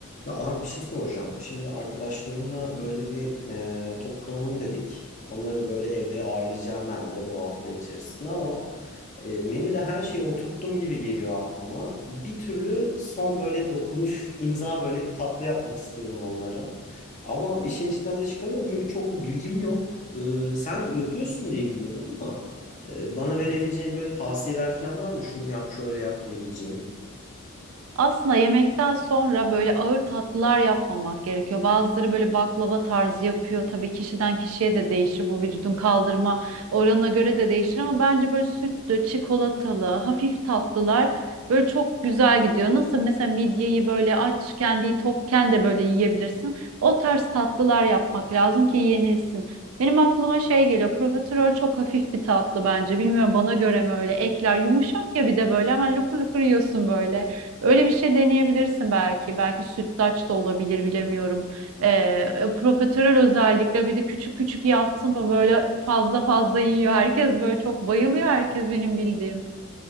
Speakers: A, on the left; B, on the right.
A: Ya abi bir şey soracağım. Şimdi arkadaşlarımla böyle bir e, toplanalım dedik. Onları böyle evde ağırlayacağım ben de bu hafta içerisinde ama e, menüde her şeyi oturttum gibi geliyor aklıma. Bir türlü son böyle dokunuş, imza böyle bir tatlı yapmak istiyorum onlara. Ama işin içinden de çıkamıyorum çünkü çok bilgim yok. E, sen yapıyorsun diye biliyorum ama e, bana verebileceğin böyle tavsiyeler falan var mı? Şunu yap, şöyle yap diyebileceğin.
B: Aslında yemekten sonra böyle ağır tatlılar yapmamak gerekiyor. Bazıları böyle baklava tarzı yapıyor. Tabii kişiden kişiye de değişir. Bu vücudun kaldırma oranına göre de değişir ama bence böyle sütlü, çikolatalı, hafif tatlılar böyle çok güzel gidiyor. Nasıl mesela midyeyi böyle aç, kendiyi tokken de böyle yiyebilirsin. O tarz tatlılar yapmak lazım ki yenilsin. Benim aklıma şey geliyor. Profiterol çok hafif bir tatlı bence. Bilmiyorum bana göre mi öyle. Ekler yumuşak ya bir de böyle hemen lukur lukur yiyorsun böyle. Öyle bir şey deneyebilirsin belki. Belki sütlaç da olabilir bilemiyorum. Ee, profiterol özellikle bir de küçük küçük yaptın mı böyle fazla fazla yiyor. Herkes böyle çok bayılıyor herkes benim bildiğim.